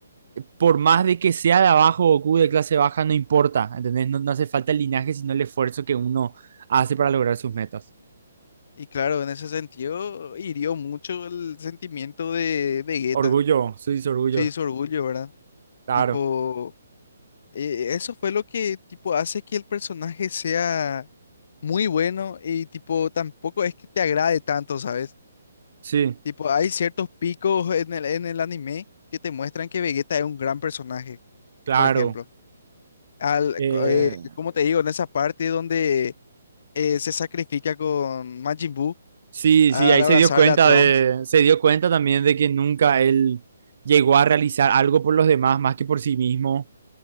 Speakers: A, on the right; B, on the left.
A: por más de que sea de abajo o Goku de clase baja, no importa, ¿entendés? No, no hace falta el linaje, sino el esfuerzo que uno hace para lograr sus metas.
B: Y claro, en ese sentido, hirió mucho el sentimiento de Vegeta,
A: Orgullo, sí, sí, orgullo,
B: sí, su orgullo, ¿verdad?
A: claro,
B: Tipo, eh, eso fue lo que, tipo, hace que el personaje sea muy bueno y tipo tampoco es que te agrade tanto, ¿sabes?
A: sí,
B: Tipo, hay ciertos picos en el, en el anime que te muestran que Vegeta es un gran personaje,
A: claro.
B: por ejemplo. Al,
A: Eh,
B: co- eh, como te digo, en esa parte donde eh, se sacrifica con Majin Buu
A: sí,
B: al
A: sí, ahí
B: abrazarle
A: se dio cuenta
B: a Trunks.
A: de, se dio cuenta también de que nunca él llegó a realizar algo por los demás más que por sí mismo.